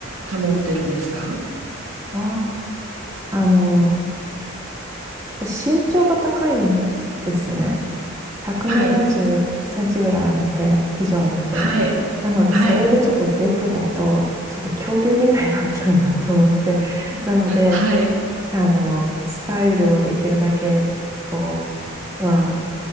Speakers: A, on the right (about 80°); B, on the right (about 15°).
A: 保ってるんですか
B: ああ、あの、身長が高いんですね。170センチぐらいあるんで、
A: はい、
B: 以上あるんで、
A: はい、
B: なので、
A: はい、
B: それでちょっとデブだと、ちょっと恐竜みたいになっちゃうなと思って、なので、
A: はい、
B: あの、スタイルをできるだけ、こう、まあ